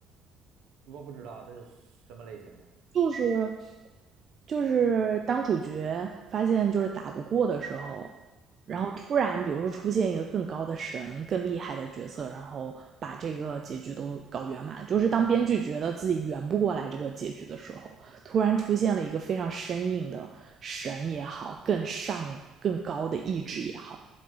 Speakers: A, on the right; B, on the right.
A: 我不知道他是什么类型的。
B: 就是就是当主角发现就是打不过的时候，然后突然比如说出现一个更高的神、
A: 嗯，
B: 更厉害的角色，然后把这个结局都搞圆满。就是当编剧觉得自己圆不过来这个结局的时候，突然出现了一个非常生硬的神也好，更上更高的意志也好，